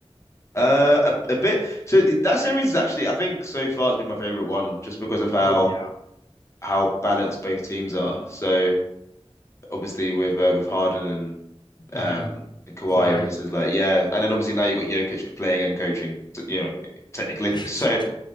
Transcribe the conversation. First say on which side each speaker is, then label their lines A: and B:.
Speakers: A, on the left; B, on the left.
A: Uh, a, a bit. So that series is actually, I think, so far has been my favorite one, just because of how
B: oh yeah.
A: how
B: Right.
A: balanced both teams are. So obviously with uh, with Harden and um
B: hmm
A: and Kawhi,
B: Kawhi.
A: it was just like yeah, and then obviously now you've got Jokic playing and coaching, t- you know, technically.
B: <laughs>
A: <laughs> So